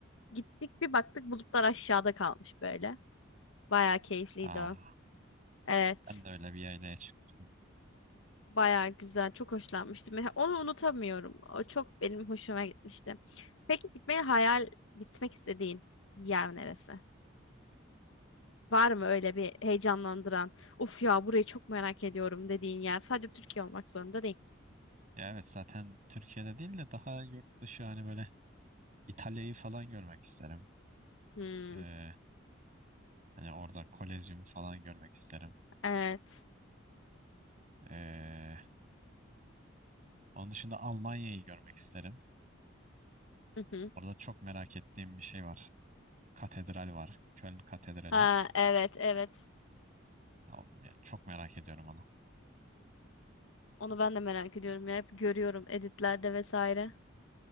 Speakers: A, on the left; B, on the right.
A: Gittik bir baktık bulutlar aşağıda kalmış böyle. Bayağı keyifliydi
B: Aa,
A: o. Evet.
B: ben de öyle bir yaylaya çıkmıştım.
A: Bayağı güzel. Çok hoşlanmıştım. Mesela Onu unutamıyorum. O çok benim hoşuma gitmişti. Peki gitmeyi hayal gitmek istediğin yer neresi? Var mı öyle bir heyecanlandıran, of ya burayı çok merak ediyorum dediğin yer? Sadece Türkiye olmak zorunda değil.
B: Ya evet zaten Türkiye'de değil de daha yurt dışı hani böyle İtalya'yı falan görmek isterim.
A: Hmm,
B: Ee, hani orada Kolezyum'u falan görmek isterim.
A: evet.
B: Ee, onun dışında Almanya'yı görmek isterim.
A: Hı hı.
B: Orada çok merak ettiğim bir şey var. Katedral var. Köln Katedrali.
A: Ha evet evet.
B: Ya, ya çok merak ediyorum onu.
A: Onu ben de merak ediyorum ya. Hep görüyorum editlerde vesaire.